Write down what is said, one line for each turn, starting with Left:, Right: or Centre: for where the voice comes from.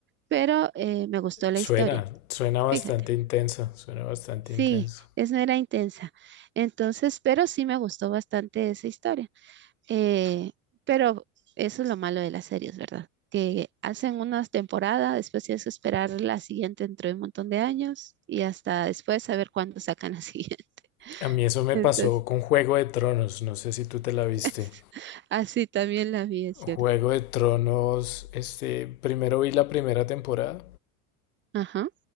Right: pero eh, me gustó la
Left: Suena,
Right: historia.
Left: suena bastante
Right: Fíjate,
Left: intenso, suena bastante
Right: sí,
Left: intenso.
Right: es no era intensa. Entonces, pero sí me gustó bastante esa historia. Eh, pero eso es lo malo de las series, ¿verdad? Que hacen unas temporadas, después tienes que esperar la siguiente dentro de un montón de años y hasta después saber cuándo sacan la siguiente.
Left: A mí eso me
Right: <laughs> Entonces,
Left: pasó con Juego de Tronos, no sé si tú te la viste.
Right: <laughs> Así también la vi, es
Left: Juego
Right: cierto.
Left: de Tronos, este, primero vi la primera temporada
Right: Ajá.